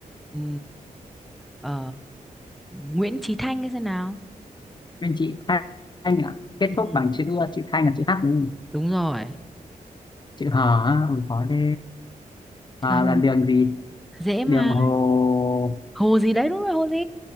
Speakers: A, in the centre; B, on the left (about 30°).
A: ừ ờ, Nguyễn Chí Thanh cái xem nào
B: Bên chị Thanh ạ. Kết thúc
A: ừ
B: bằng chữ ưa, chữ Thanh là chữ H đúng không?
A: đúng rồi
B: Chữ Hò á, ôi khó thế.
A: chữ
B: À,
A: H
B: là đường gì?
A: dễ mà
B: Đường Hồ...
A: hồ gì đấy đúng rồi hồ gì